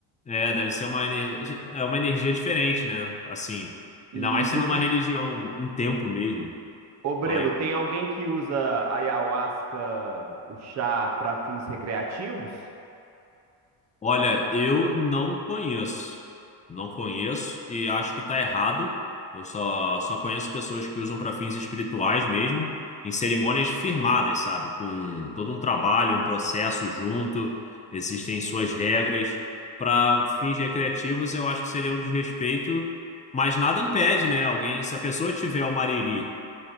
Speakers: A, on the left; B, on the right.
A: é, deve ser uma, ener- é uma energia diferente, né? Assim,
B: E
A: ainda mais sendo
B: deixa
A: uma
B: eu
A: religião,
B: te...
A: um templo mesmo.
B: Ô, Breno,
A: Fala
B: tem alguém que usa ayahuasca, o chá, para fins recreativos?
A: Olha, eu não conheço. Não conheço e acho que tá errado. Eu só, só conheço pessoas que usam para fins espirituais mesmo, em cerimônias firmadas, sabe? Com todo um trabalho, um processo junto, existem suas regras. Para fins recreativos, eu acho que seria um desrespeito, mas nada impede, né? Alguém, se a pessoa tiver o mariri